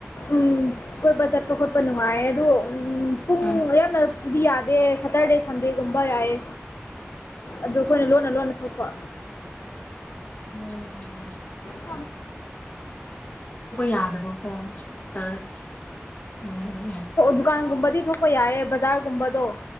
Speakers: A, on the left; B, on the left.
A: ꯎꯝ ꯑꯩꯈꯣꯏ ꯕꯖꯥꯔꯄ ꯈꯣꯠꯄ ꯅꯨꯡꯉꯥꯏ ꯑꯗꯣ ꯎꯝ ꯄꯨꯡ
B: ꯎꯝ
A: ꯌꯥꯝꯅꯗꯤ ꯌꯥꯗ ꯁꯇꯔꯗꯦ ꯁꯟꯗꯦꯒꯨꯝꯕ ꯌꯥꯌꯦ ꯑꯗꯨ ꯑꯩꯈꯣꯏꯅ ꯂꯣꯟꯅ ꯂꯣꯟꯅ ꯊꯣꯛꯄ
B: ꯑꯣꯝ
A: <unintelligible> <inaudible>
B: ꯌꯥꯗꯕꯀꯣ ꯁꯥꯔ ꯎꯝ ꯎꯝ ꯎꯝ
A: ꯗꯨꯀꯥꯟꯒꯕ ꯑꯗꯨ ꯊꯣꯛꯄ ꯌꯥꯏꯌꯦ ꯕꯖꯥꯔꯒꯨꯝꯕꯗꯣ